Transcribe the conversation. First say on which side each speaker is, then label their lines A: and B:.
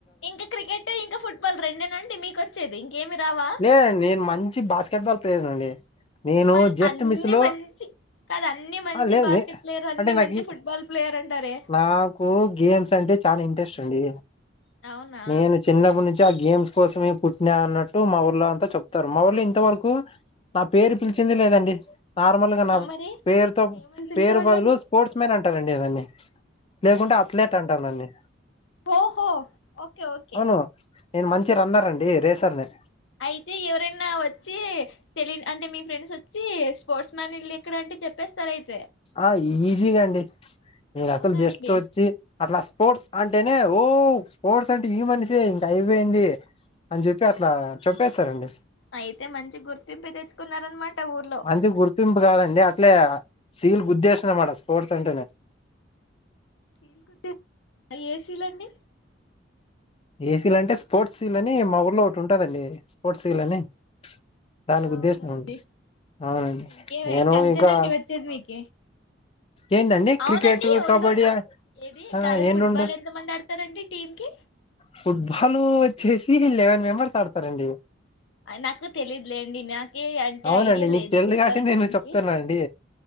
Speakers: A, on the left; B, on the left.
A: ఇంకా క్రికెట్ ఇంకా ఫుట్బాల్ రెండేనాండి మీకు వచ్చేది ఇంకేమి రావా
B: లేదండి నేను మంచి బాస్కెట్ బాల్ ప్లేయర్ అండి నేను
A: మ
B: జస్ట్
A: అన్ని
B: మిస్ లో
A: మంచి కాద అన్ని మంచి
B: ఆ లేదు
A: బాస్కెట్
B: నే
A: ప్లేయర్ అన్ని
B: అంటే నాకు
A: మంచి ఫుట్బాల్ ప్లేయర్ అంటారే
B: నాకు గేమ్స్ అంటే చాలా ఇంట్రెస్ట్ అండి
A: అవునా
B: నేను చిన్నప్పు నుంచి ఆ గేమ్స్ కోసమే పుట్టినా అన్నట్టు మా ఊళ్ళ అంతా చెప్తారు మా ఊర్ళ ఇంతవరకు నా పేరు పిలిచింది లేదండి నార్మల్గా నా
A: ఆ మరి
B: పేరుతో
A: ఏమని పిలిచేవాళ్ళండి
B: పేరు బదులు స్పోర్ట్స్ మ్యాన్ అంటే అంటారండి అవన్నీ లేకుంటే అథ్లెట్ అంటారు నన్ని
A: హోహో ఓకే ఓకే
B: అవును నేను మంచి రన్నర్ అండి రేసర్ ని
A: అయితే ఎవరైనా వచ్చి తెలి అంటే మీ ఫ్రెండ్స్ వచ్చి స్పోర్ట్స్ మ్యాన్ ఇల్లు ఎక్కడ అంటే చెప్పేస్తారు అయితే
B: ఆ ఈజీగా అండి మీరు
A: అవునండి
B: అసలు జస్ట్ వచ్చి అట్లా స్పోర్ట్స్ అంటేనే ఓ స్పోర్ట్స్ అంటే ఈ మనిషి ఇంక అయిపోయింది అని చెప్పి అట్లా చెప్పేస్తారండి
A: అయితే మంచి గుర్తింపు తెచ్చుకున్నారనమాట ఊర్లో
B: మంచి గుర్తింపు కాదండి అట్లే సీల్ గుద్దేశనమడ స్పోర్ట్స్ అంటేనే
A: సీల్ కుద్ద ఏ సీలండి
B: ఏసీల అంటే స్పోర్ట్స్ సీల్ అని మా ఊర్లో ఒకటి ఉంటదండి స్పోర్ట్స్ సీల్ అని దానికి
A: అవునండి
B: ఉద్దేశం అండి అవునండి
A: ఇంకే
B: నేను
A: ఇంక అంతేనండి
B: ఇంకా
A: వచ్చేది మీకు
B: ఏందండి
A: అవునండి
B: క్రికెట్
A: ఉండుండు
B: కబడ్డీ
A: ఏది
B: ఆ
A: కాదు
B: ఏం
A: ఫుట్బాల్
B: రెండు
A: ఎంత మంది ఆడతారండి టీంకి
B: ఫుట్బాల్ వచ్చేసి లెవెన్ మెంబర్స్ ఆడతారండి
A: నాకు తెలిద్ లెండి నాక్ ఓకే అంటే
B: అవునండి
A: ఐడియా
B: నీకు
A: లేదు
B: తెలిదు
A: ఫుట్బాల్
B: కాబట్టి నేను
A: గురించి
B: చెప్తున్నా అండి